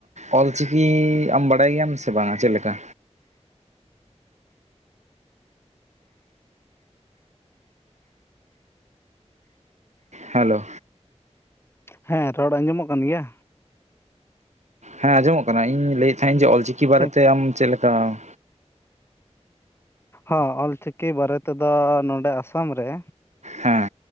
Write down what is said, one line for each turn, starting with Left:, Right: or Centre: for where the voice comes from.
Right: ᱚᱞᱪᱤᱠᱤ ᱟᱢ <unintelligible> ᱵᱟᱰᱟᱭ ᱜᱮᱭᱟᱢ ᱥᱮ ᱵᱟᱝ ᱪᱮᱫ ᱞᱮᱠᱟ ᱦᱮᱞᱳ
Left: ᱦᱮᱸ ᱨᱚᱲ ᱟᱡᱚᱢᱼᱚᱜ ᱠᱟᱱ ᱜᱮᱭᱟ
Right: ᱦᱮᱸ ᱟᱡᱚᱢᱚᱜ ᱠᱟᱱᱟ ᱤᱧ ᱞᱟᱹᱭ ᱮᱫ ᱛᱟᱦᱮᱫ ᱤᱧ ᱡᱮ ᱚᱞᱪᱤᱠᱤ ᱵᱟᱨᱮᱛᱮ
Left: ᱴᱷᱤᱠ
Right: ᱟᱢ ᱪᱮᱫ ᱞᱮᱠᱟ <inaudible>
Left: ᱦᱚᱸ ᱚᱞ ᱪᱤᱠᱤ ᱵᱟᱨᱮ ᱛᱮᱫᱚ ᱱᱚᱰᱮ ᱟᱥᱟᱢ ᱨᱮ
Right: ᱦᱮᱸ